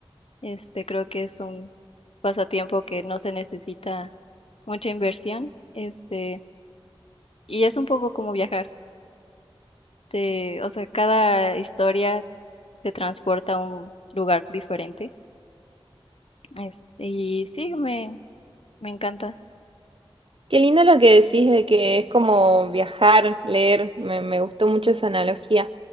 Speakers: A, on the left (about 80°); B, on the right (about 65°).
A: Este, creo que es un pasatiempo que no se necesita mucha inversión. Este, y es un poco como viajar. Te, o sea, cada historia te transporta a un lugar diferente. Este, y sí, me, me encanta.
B: Qué lindo lo que decís de que es como viajar, leer. Me, me gustó mucho esa analogía.